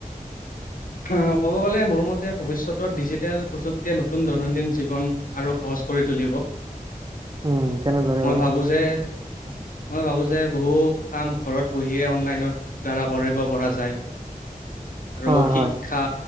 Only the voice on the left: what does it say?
অ ক'ব গ'লে মোৰ মতে ভৱিষ্যতত ডিজিটেল প্ৰযুক্তিয় নতুন দৈনন্দিন জীৱন আৰু সহজ। কৰি তুলিব।
মই
ভাবো <inaudible> মই ভাবো যে বহু কাম ঘৰত বহিয়ে অনলাইনৰ দ্বাৰা কৰিব পৰা যায়। আৰু
শিক্ষা,